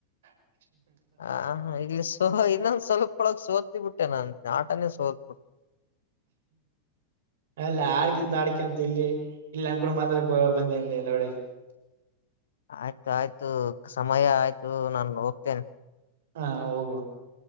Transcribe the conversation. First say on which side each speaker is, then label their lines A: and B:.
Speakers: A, on the right; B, on the left.
A: <inaudible>
B: ಆ, ಇಲ್ಲಿ ಸುಮ್ನೆ, ಇನ್ನೊಂದ ಸ್ವಲ್ಪೊಳಗ್ ಸೋತಿಬಿಟ್ಟೆ, ನನ್ ಆಟನೇ ಸೋತ್ಬಿಟ್ಟೆ? <inaudible>
A: ಅಲ್ಲ ಆಡ್ಕೊಂಡು ಹಾಡಿಕೊಂಡ? <inaudible> ಇಲ್ಲಿ, ಇಲ್ಲಿ, ಅನ್ಕೊಂಡಿದ್ದೆ ಮಾಡಕ್ಕೆ ಬಂದ ಲೌಡೆ-.. <inaudible>
B: ಆಯ್ತು ಆಯ್ತು ಸಮಯ! ಆಯ್ತು ನಾನು ಹೋಗ್ತೇನೆ? <inaudible>
A: ಹಾ, ಹ, ಹೋಗುವ!